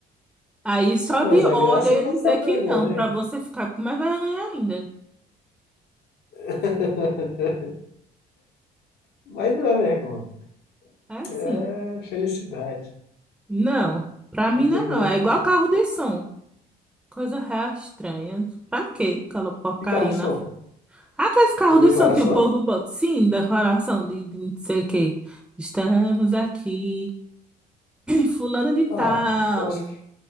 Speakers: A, in the centre; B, on the left (about 75°).
A: Aí só
B: ah, mas
A: de
B: a
A: ódio
B: graça
A: eu
B: é
A: ia
B: passar
A: dizer
B: vergonha.
A: que não, pra você ficar com mais vergonha ainda.
B: <laughs> Mas não é vergonha,
A: É assim.
B: é felicidade.
A: Não, pra mim
B: A vergonha
A: não é não. É
B: é
A: igual
B: feliz.
A: carro de som. Coisa real estranha. Pra quê aquela porcaria
B: E carro de
A: na
B: som?
A: frente? Aqueles carros
B: De declaração?
A: de som que o povo bota, sim, declaração de, de não sei o quê. Estamos aqui. Fulano de tal,
B: Ah, eu acho que,